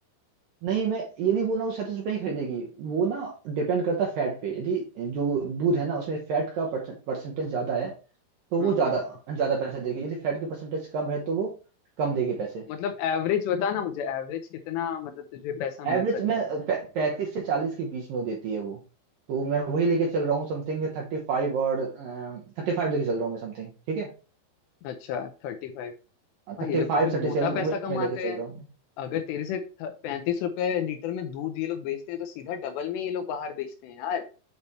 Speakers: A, on the right (about 75°); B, on the left (about 80°).
A: नहीं मैं ये नहीं बोल रहा हूँ सैंतीस रुपए ही खरीदेगी वो ना डिपेंड करता है फैट पे यदि जो दूध है ना उसमें फैट का परसेंटेज ज्यादा है तो वो
B: हाँ
A: ज्यादा
B: हाँ
A: ज्यादा पैसे देगी यदि फैट की परसेंटेज कम है तो वो कम देगी पैसे
B: मतलब एवरेज बता ना मुझे एवरेज कितना मतलब तुझे पैसा
A: एवरेज
B: मिल सकता
A: में
B: है
A: पैंतीस से चालीस के बीच में वो देती है वो तो मैं वही लेके चल रहा हूँ समथिंग थर्टी फाइव और थर्टी फाइव लेके चल रहा हूँ मैं समथिंग ठीक है
B: अच्छा थर्टी भाई
A: थर्टी
B: ये लोग तो
A: फाइव
B: फिर मोटा
A: थर्टी सेवन
B: पैसा
A: वही
B: कमाते
A: मैं लेके चल
B: हैं
A: रहा हूँ
B: अगर तेरे से पैंतीस रुपए लीटर में दूध ये लोग बेचते हैं तो सीधा डबल में ये लोग बाहर बेचते हैं यार